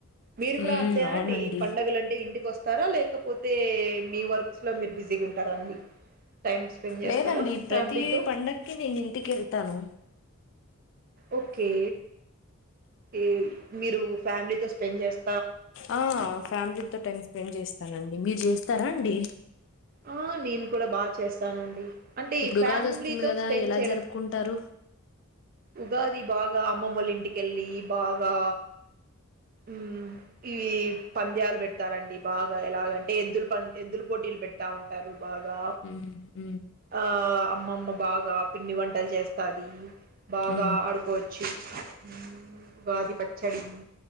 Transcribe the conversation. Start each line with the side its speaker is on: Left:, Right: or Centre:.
Right: మీరు
Left: ఉమ్
Right: కుడ అంతేనా
Left: అవునండి
Right: అండి పండగల్ అంటే ఇంటికి ఒస్తారా లేకప్ పోతే మీ వర్క్స్ లో మీరు బిజీగా ఉంటారా అండి టైం స్పెండ్ చేస్తారా
Left: లేదండి ప్రతి
Right: ఫ్యామిలీతో
Left: పండక్కి నేన్ ఇంటికి ఎళ్తాను
Right: ఒకే ఎయ్ మీరు ఫ్యామిలీతోస్ పెన్జెస్
Left: ఆ ఫ్యామిలీతో టైం స్పెండ్ చేస్తానండి మీరు చేస్తారా అండి
Right: ఆ నేన్ కుడ బా చేస్తానండి అంటే
Left: ఇప్పుడు
Right: ఈ ఫ్యామిలీతో
Left: ఉగాది వస్తుంది కదా
Right: స్పెండ్
Left: ఎలా
Right: చేయడం
Left: జరుపుకుంటారు
Right: ఉగాది బాగా అమ్మమోల్ ఇంటికెళ్లి బాగా ఉమ్ ఈ పాంద్యాల్ పెడతారండి బాగా ఎలాగంటే ఎద్దుల్ పం ఎద్దల్ పోటీలు పెడతా ఉంటారు. బాగా
Left: ఉం ఉ
Right: ఆ అమ్మమ్మ బాగా పిండి వంటల్ చేస్తాది బాగా
Left: ఉమ్
Right: ఆడుకోన్ <inaudible> ఉమ్ ఉగాది పచ్ ఛడ్డింగ్